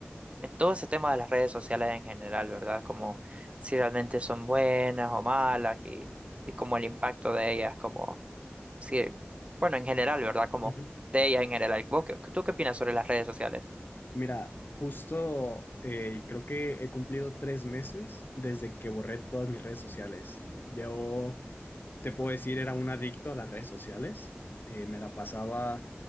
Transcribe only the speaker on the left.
Ujú.
Mira, justo eh, creo que he cumplido tres meses desde que borré todas mis redes sociales. Yo te puedo decir, era un adicto a las redes sociales. Eh, me la pasaba